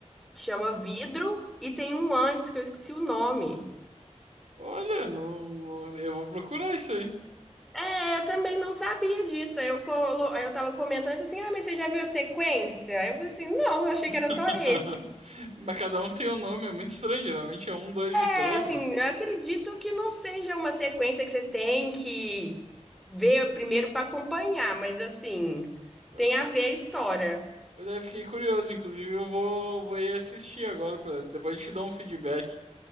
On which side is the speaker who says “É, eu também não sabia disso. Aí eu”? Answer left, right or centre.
Centre